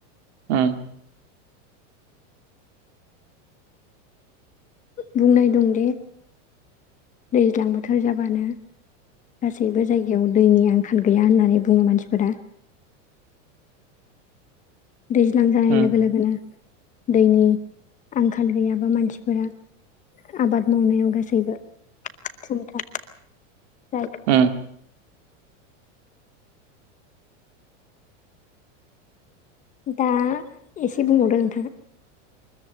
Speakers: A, on the right; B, on the left.
A: ओं।
B: बुंनाय दं दि दैज्लां बोथोर जाबानो गासैबो जायगायाव दैनि आंखाल गैया होननानै बुङो मानसिफोरा। <inaudible> दैज्लां जानाय
A: उम
B: लोगो लोगोनो दैनि आंखाल गैयाबा मानसिफोरा आबाद मावनायाव गासैबो जायो।
A: उम
B: दा एसे बुंबावदो नोंथाङा।